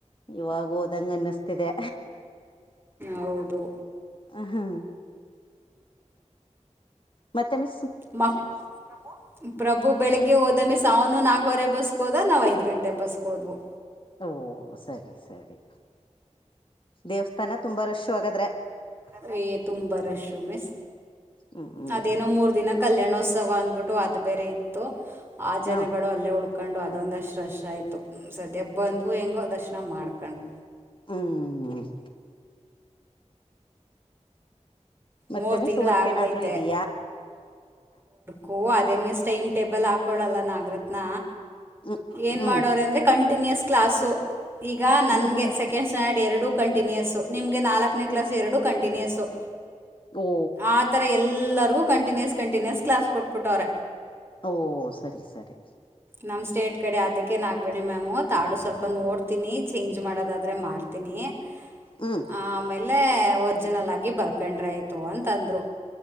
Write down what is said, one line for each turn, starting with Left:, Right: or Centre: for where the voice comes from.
Left: ಇವಾಗ ಓೋದಂಗ ಅನ್ನಿಸ್ತಿದೆ
Right: ಹೌದು
Left: ಹ ಹಾ ಮತ್ತೆ ಮ
Right: ಮತ್ತ ಪ್ರಭು ಪ್ರಭು ಬೆಳಿಗ್ಗೆ ಹೋದಮ್ಮಿ ಸಾವನು ನಾಕವರೆ ಬಸ್ಕೋದ ನಾವ್ ಐದ್ ಗಂಟೆ ಬಸ್ಕ ಹೋದ್ವು
Left: ಓ ಸರಿ ಸರಿ ದೇವಸ್ಥಾನ ತುಂಬಾ ರಶ್ ಹಾಗಾದ್ರೆ
Right: ಂಬ ತುಂಬಾ ರಶ್ು ಮಿಸ್
Left: ಹ್ಮ್ ಹ್ಮ್
Right: ಅದೇನೋ ಮೂರ್ ದಿನ ಕಲ್ಯಾಣೋತ್ಸವ ಅಂದ್ಬಿಟ್ಟು ಅದು ಬೇರೆ ಇತ್ತು ಆ ಜನಗಳು
Left: ಹಾ
Right: ಅಲ್ಲೇ ಹುಡುಕ್ ಹಾಕ್ಕೊಂಡು ಅದೊಂದಷ್ಟು ರಶ ಆಯಿತು ಸದ್ಯ ಬಂದವು ಹೆಂಗೋ ದರ್ಶನ ಮಾಡ್ಕೊಂಡು
Left: ಹ್ಮ ಹ್ಮ್ ಮತ್ತೆ
Right: ಮೂರ್
Left: ಮಿಸ್
Right: ತಿಂಗಳ
Left: ವರ್ಕ್
Right: ಆಗ್ೈತೆ
Left: ಏನಾದ್ರು ಇದೀಯಾ
Right: ಹೂ ಅದೇ ಮೀಸ್್ ಟೈಮ್ ಟೇಬಲ್ ಹಾಕೋಳಲ್ಲ ನಾಗರತ್ನ
Left: ಹ್ಮ್
Right: ಏನ್
Left: ಹ್ಮ್
Right: ಮಾಡೋರೆ ಅಂದ್ರೆ ಕಂಟಿನ್ಯೂಸ್ ಕ್ಲಾಸು ಈಗ ನನಗೆ
Left: ಹ್ಮ್ ಹ್ಮ್
Right: ಸೆಕೆಂಡ್ ಸ್ಟ್ಯಾಂಡರ್ಡ್ ಎರಡೂ ಕಂಟಿನ್ಯೂಸು ನಿಮಗೆ ನಾಲ್ಕನೇ
Left: ಹ್ಮ್
Right: ಕ್ಲಾಸ್ ಎರಡು ಕಂಟಿನ್ಯೂಸು
Left: ಓ
Right: ಆಥರ ಎಲ್ಲರಿಗೂ ಕಂಟಿನ್ಯೂಸ್ ಕಂಟಿನ್ಯೂಸ್ ಕ್ಲಾಸ್ ಕೊಟ್ಬಿಟ್ಟವ್ರ
Left: ಓ ಸರಿ ಸರಿ
Right: ನಮ್ಮ ಸ್ಟೇಟ್ ಕಡೆ ಅದಕ್ಕೇನು ಆಾಗಬೇಡಿ ಮ್ಯಾಮು ತಾಡು ಸ್ವಲ್ಪ ನೋಡ್ತೀನಿ ಚೇಂಜ್ ಮಾಡೋದಾದ್ರೆ ಮಾಡ್ತೀನಿ <unintelligible>
Left: ಹ್ಮ್
Right: ಆಮೇಲೆ ಒರ್ಜಿನಲ್ ಆಗಿ ಬರ್ಕೊಂಡ್ರೆ ಆಯ್ತು ಅಂತಂದ್ರು